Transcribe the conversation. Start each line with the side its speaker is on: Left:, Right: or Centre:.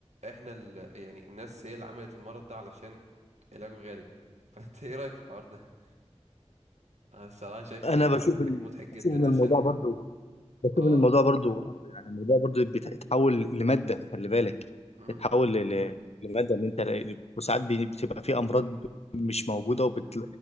Right: احنا ال... يعني الناس هي اللي عملت المرض ده علشان علاجه غالي <laughs> فانت ايه رأيك في الحوار ده انا الصراحة شايفه
Left: انا
Right: يعني
Left: بشوف
Right: مضحك
Left: ان
Right: مضحك جدا
Left: بشوف ان
Right: عشان
Left: الموضوع برضو بشوف
Right: اه
Left: ان الموضوع برضو آه، يعني الموضوع برضو بيتحول لماده خلي بالك
Right: مم.
Left: اتحول ل- ل- لماده ان انت وساعات بي- بتبقى في امراض ب- مش موجوده وبت